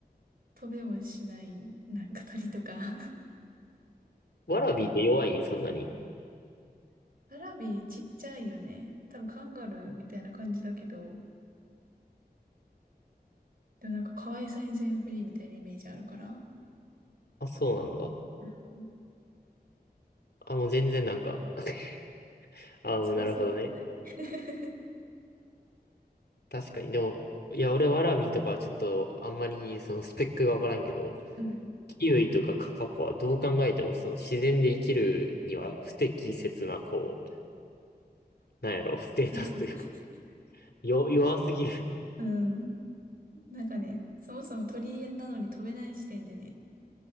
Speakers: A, on the right; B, on the left.
A: 飛べもしない、なんか鳥とか。
B: ワラビーって弱いんそんなに。
A: <laughs> ワラビーちっちゃいよね。多分カンガルーみたいな感じだけど、でもなんか可愛さに全振りみたいなイメージあるから、
B: あ、そうなんだ。
A: うん。
B: あ、もう全然なんか <laughs> あ、なるほどね。
A: 強そうではない。<laughs>
B: 確かに。でも、いや、俺ワラビーとかはちょっとあんまりそのスペックがわからんけど、
A: うん。
B: キウイとかカカポはどう考えてもその自然で生きるには不適切なこう、なんやろ、ステータスというか、
A: <laughs>
B: <laughs> よ、弱すぎる。
A: うん。なんかね、そもそも鳥なのに飛べない時点でね、